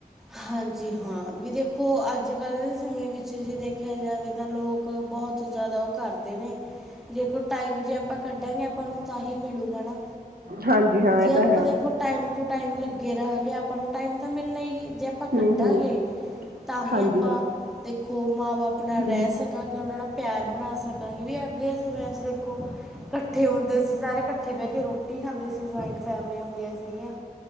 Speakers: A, in the centre; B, on the right (about 80°).
A: ਹਾਂਜੀ ਹਾਂ ਵੀ ਦੇਖੋ ਅੱਜ ਕੱਲ੍ਹ ਦੇ ਸਮੇਂ ਵਿੱਚ ਜੇ ਦੇਖਿਆ ਜਾਵੇ ਤਾਂ ਲੋਕ ਬਹੁਤ ਜ਼ਿਆਦਾ ਉਹ ਕਰਦੇ ਨੇ ਦੇਖੋ ਟਾਈਮ ਜੇ ਆਪਾਂ ਕੱਢਾਂਗੇ, ਆਪਾਂ ਨੂੰ ਤਾਂ ਹੀ ਮਿਲੂਗਾ ਨਾ
B: ਹਾਂਜੀ ਹਾਂ,
A: ਜੇ
B: ਇਹ
A: ਆਪਾਂ
B: ਤਾਂ ਹੈ।
A: ਦੇਖੋ ਟਾਈਮ ਟੂ ਟਾਈਮ, ਲੱਗੇ ਰਹਾਂਗੇ ਆਪਾਂ ਨੂੰ ਟਾਈਮ ਤਾਂ ਮਿਲਣਾ ਹੀ ਨੀ ਜੇ ਆਪਾਂ
B: ਹੂੰ-ਹੂੰ।
A: ਕੱਢਾਂਗੇ ਤਾਂ ਹੀ
B: ਹਾਂਜੀ
A: ਆਪਾਂ
B: ਹਾਂ
A: ਦੇਖੋ, ਮਾਂ ਬਾਪ ਨਾਲ
B: ਹੂੰ
A: ਰਹਿ
B: ਹੂੰ
A: ਸਕਾਂਗੇ ਉਹਨਾਂ ਨਾਲ ਪਿਆਰ ਬਣਾ ਸਕਾਂਗੇ, ਵੀ ਅੱਗੇ ਸਮਿਆਂ ਚ ਦੇਖੋ ਇਕੱਠੇ ਹੁੰਦੇ ਸੀ ਸਾਰੇ ਇਕੱਠੇ ਬਹਿ ਕੇ ਰੋ ਰੋਟੀ ਖਾਂਦੇ ਸੀ, ਜੁਆਇੰਟ ਫੈਮਲੀਆਂ ਹੁੰਦੀਆਂ ਸੀਗੀਆਂ